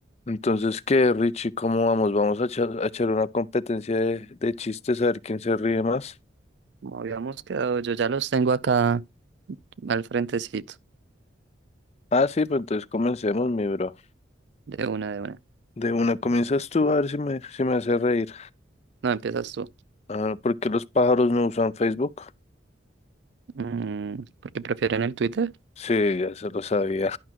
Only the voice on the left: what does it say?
Entonces, ¿qué, Richie? ¿Cómo vamos? Vamos a echar, a echar una competencia de, de chistes a ver quién se ríe más.
Ah, sí, pues entonces comencemos, mi bro.
De una comienzas tú a ver si me, si me hace reír.
Ah, ¿por qué los pájaros no usan Facebook?
Sí, ya se lo sabía.